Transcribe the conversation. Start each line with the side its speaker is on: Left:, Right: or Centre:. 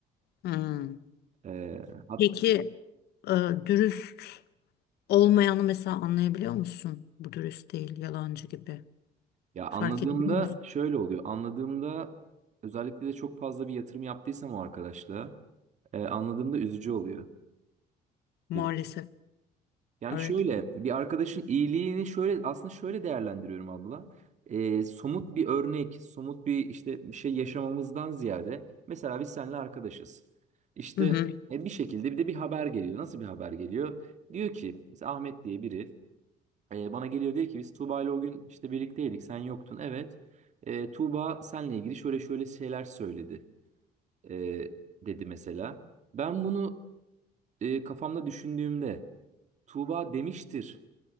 Left: Hmm.
Right: E, hat,
Left: Peki e, dürüst olmayanı mesela anlayabiliyor musun? Bu dürüst değil, yalancı gibi.
Right: ya
Left: Fark
Right: anladığımda
Left: edebiliyor musun?
Right: şöyle oluyor. Anladığımda Özellikle de çok fazla bir yatırım yaptıysam o arkadaşla e, anladığımda üzücü oluyor
Left: Maalesef.
Right: benim. Yani
Left: Evet.
Right: şöyle bir arkadaşın iyiliğini şöyle aslında şöyle değerlendiriyorum abla. E, somut bir örnek, somut bir işte bir şey yaşamamızdan ziyade mesela biz seninle arkadaşız. İşte
Left: Hı hı.
Right: e, bir şekilde bir de bir haber geliyor. Nasıl bir haber geliyor? Diyor ki mesela Ahmet diye biri e, bana geliyor diyor ki biz Tuğba ile o gün işte birlikteydik sen yoktun evet. E, Tuğba seninle ilgili şöyle şöyle şeyler söyledi e, dedi mesela. Ben bunu e, kafamda düşündüğümde Tuğba demiştir